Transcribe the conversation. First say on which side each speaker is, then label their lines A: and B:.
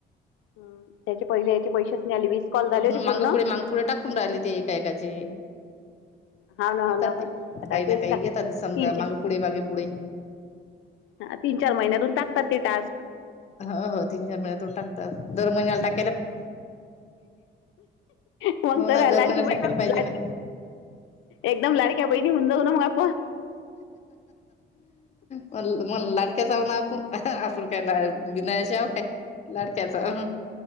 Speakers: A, on the left (about 85°); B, on the left (about 35°).
A: हम्म! त्याचे पहिले याचे पैसेच नाही आले वीस कॉल झाले
B: ह
A: होते पूर्ण
B: मांगपुढी मांगपुढी टाकून राहिली ते एकाएकाचे.
A: हा ना
B: येतात
A: हो ना पण
B: ते
A: आता
B: काही ना
A: तेच
B: काही
A: काय
B: येतात समजा
A: तीन
B: माग पुुढ मागे पुढे.
A: ह तीन चार महिन्यातून टाकतात ते टास्क.
B: हो हो तीन चार महिन्यातून टाकतात दर महिन्या टकत.
A: कोणत्या
B: हो ना दर
A: लाडक्या
B: महिन्याला
A: बहीण
B: टाकायला
A: च.
B: पाहिजे ना
A: एकदम लाडक्या बहिणी होऊ जाऊ ना मग आपण.
B: म मण लाडक्याचाऊ ना आपण. आपण काय ला विनायाशव काय लाडक्याच हवन.